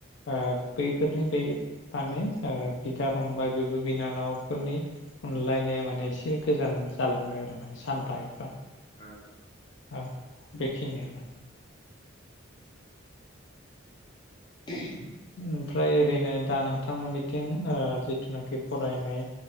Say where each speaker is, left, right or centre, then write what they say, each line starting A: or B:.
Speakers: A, on the left; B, on the left.
A: ओ बैफोरनि बै माने बिदा फंबाय बेबो बिनानावफोरनि अनलायनाया माने एसे गोजान जालाङो आरो माने सानफा एफा।
B: औ।
A: औ बेखिनियानो।
B: <inaudible> <unintelligible>
A: ओमफ्राय ओरैनो दा नोंथांमोननिथिं ओ जिथुनाखि फरायनाय